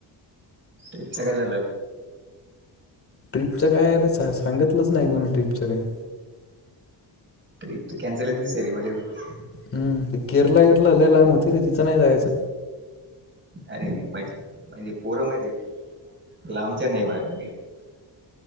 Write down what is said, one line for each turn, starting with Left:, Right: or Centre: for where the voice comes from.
Right: ट्रिपच काय झाल?
Left: ट्रिपच काय अता सांगितलच नाही कोणी ट्रिपच काही.
Right: ट्रिप त कॅन्सल च दियाली मल त.
Left: हम्, केरला ऐरला लई लाम होती रे तिथ नाही जायच.
Right: अरे म्हणजे पोर माइति का लांबच्या नाही वा <unintelligible>